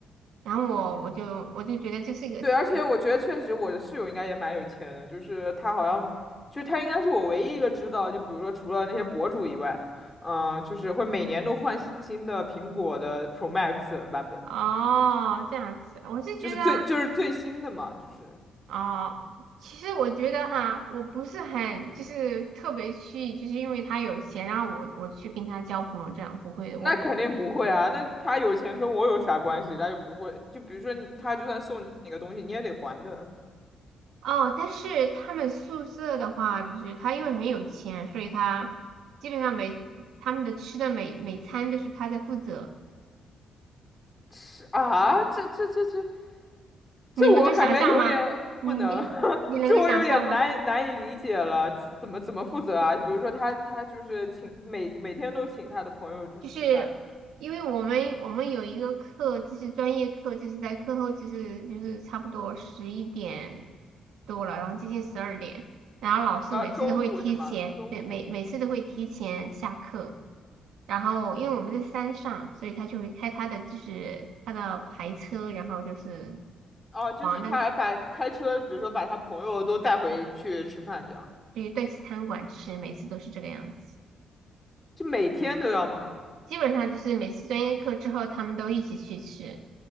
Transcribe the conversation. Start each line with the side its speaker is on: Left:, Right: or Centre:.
Right: 然后我我就我就觉得这是一个对
Left: 嗯。对，而且我觉得确实我的室友应该也蛮有钱的，就是他好像，就是他应该是我唯一一个知道，就比如说除了那些博主以外，嗯、就是会每年都换新的苹果的 Pro Max 版本，
Right: 哦这样子，我是觉得
Left: 就是最就是最新的嘛，就是
Right: 哦，其实我觉得哈，我不是很就是特别去就是因为他有钱，然后我我去跟他交朋友这样，不会的，
Left: 那肯定不会啊，
Right: 我
Left: 那他有钱跟我有啥关系？他又不会，就比如说你他就算送你个东西，你也得还的。
Right: 哦，但是他们宿舍的话，就是他因为很有钱，所以他基本上每他们的吃的每每餐都是他在负责。
Left: 是啊，这这这这。
Right: 你能够想象吗？
Left: 这我感觉有点不能，
Right: 你你你能够想象吗？
Left: <laughs> 这我有点难难以理解了，怎么怎么负责啊？比如说他他就是请每每天都请他的朋友他吃饭，
Right: 就是因为我们我们有一个课，就是专业课，就是在课后，就是就是差不多十一点多了，然后接近十二点，然后老师每次都会提前，
Left: 呃，中午是吗？中午是吗
Right: 对，每每次都会提前下课。然后因为我们在山上，所以他就会开他的就是他的牌车，然后就是
Left: 哦，就是他还把开车，
Right: 往那
Left: 比如说把他朋友都带回去吃饭，这样
Right: 对对餐馆吃，每次都是这个样子。
Left: 就每天都要忙
Right: 基本上就是每次专业课之后，他们都一起去吃，